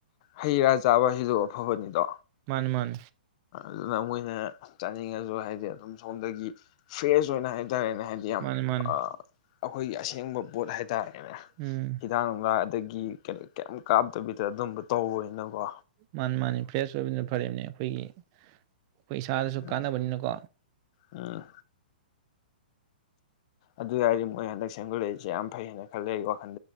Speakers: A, on the left; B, on the right.
A: ꯍꯩ ꯔꯥ ꯆꯥꯕ ꯍꯩꯗꯣꯛ ꯑꯐꯕꯅꯤꯗꯣ
B: ꯃꯟ ꯃꯟ
A: ꯑꯗꯨꯅ ꯃꯣꯏꯅ ꯆꯥꯅꯤꯡꯉꯁꯨ ꯍꯥꯏꯗꯤ ꯑꯗꯨꯝ ꯁꯣꯝꯗꯒꯤ ꯐ꯭ꯔꯦꯁ ꯑꯣꯏꯅ ꯍꯥꯏꯇꯥꯔꯦꯅꯦ ꯍꯥꯏꯗꯤ ꯌꯥꯝ
B: ꯃꯥꯅꯤ ꯃꯥꯅꯤ
A: ꯑ ꯑꯩꯈꯣꯏꯒꯤ ꯑꯁꯦꯡꯕ ꯄꯣꯠ ꯍꯥꯏꯇꯥꯔꯦ ꯍꯥꯏꯇꯥꯔꯦꯅꯦ
B: ꯎꯝ
A: ꯍꯤꯗꯥꯛ ꯅꯨꯡꯂ ꯑꯗꯒꯤ ꯀꯩꯝ ꯀꯥꯞꯇꯕꯤꯗ ꯑꯗꯨꯝꯕ ꯇꯧꯧꯕꯅꯀꯣ
B: ꯃꯥꯅꯤ ꯃꯥꯅꯤ ꯐ꯭ꯔꯦꯁ ꯑꯣꯏꯕꯅ ꯐꯔꯦꯅꯦ ꯑꯩꯈꯣꯏꯒꯤ ꯑꯩꯈꯣꯏ ꯏꯁꯥꯗꯁꯨ
A: ꯎꯝ
B: ꯀꯥꯟꯅꯕꯅꯤꯅꯀꯣ
A: ꯎꯝ ꯑꯗꯨ ꯍꯥꯏꯔꯗꯤ ꯃꯣꯏ ꯍꯟꯗꯛ ꯁꯦꯝꯒꯠꯂꯛꯏꯁꯦ ꯌꯥꯝ ꯐꯩ ꯍꯥꯏꯅ ꯈꯜꯂꯦ ꯑꯩ ꯋꯥ ꯊ